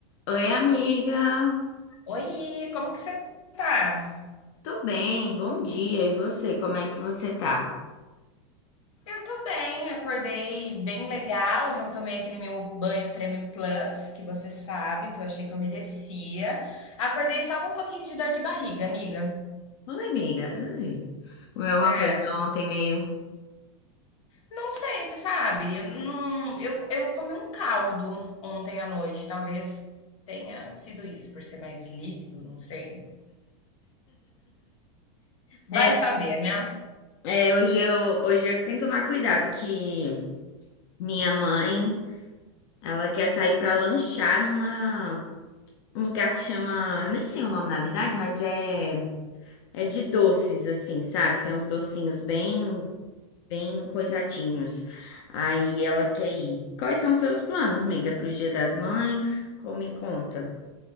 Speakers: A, on the left (about 55°); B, on the left (about 80°).
A: Oi, amiga.
B: Oi, como que você tá?
A: Tô bem, bom dia. E você, como é que você tá?
B: Eu tô bem, acordei bem legal, já tomei aquele meu banho Prêmio Plus, que você sabe, que eu achei que eu merecia. Acordei só com um pouquinho de dor de barriga, amiga.
A: Oi, amiga. Ui. Comeu alguma
B: É.
A: coisa ontem meio.
B: Não sei, você sabe, eu não, eu, eu comi um caldo ontem à noite, talvez tenha sido isso, por ser mais líquido, não sei. Vai
A: É,
B: saber, né?
A: é, hoje eu, hoje eu que tenho que tomar cuidado, que minha mãe, ela quer sair pra lanchar numa um lugar que chama, eu nem sei o nome na verdade, mas é é de doces assim, sabe? Tem uns docinhos bem bem coisadinhos. Aí ela quer ir. Quais são os seus planos, amiga, pro Dia das Mães? Como me conta?